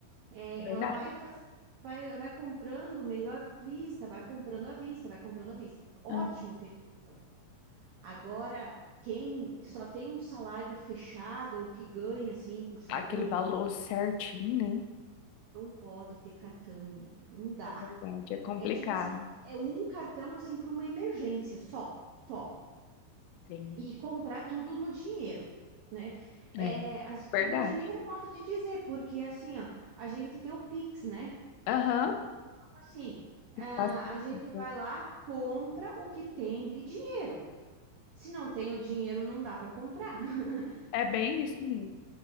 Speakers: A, on the right (about 80°); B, on the left (about 90°).
A: É,
B: verdade.
A: ela vai fazer, vai, vai comprando meio à vista, vai comprando à vista, vai comprando à vista. Ótimo
B: Ah,
A: ter. cartão. Agora, quem só tem um salário fechado ou que ganha assim por semana,
B: Aquele valor
A: por-
B: certinho, né?
A: não pode ter cartão, menina. Não dá.
B: É verdade, é complicado.
A: É tipo assim, ó, é um cartão assim para uma emergência só, só.
B: Sim.
A: E comprar tudo no dinheiro. Né? É,
B: É,
A: as-
B: verdade.
A: no dinheiro, modo de dizer, porque assim, ó, a gente tem o Pix, né?
B: Aham,
A: Então, assim, ah,
B: Facilita.
A: a gente vai lá, compra o que tem de dinheiro. Se não tem o dinheiro, não dá para comprar. <laughs>
B: é bem isso mesmo.